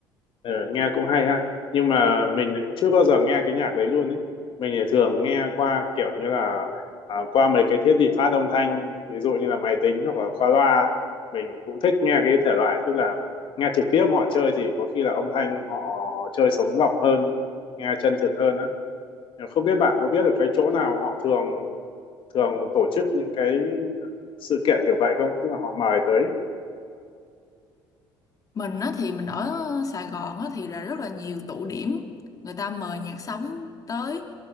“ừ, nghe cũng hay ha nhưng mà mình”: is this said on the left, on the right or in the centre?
Left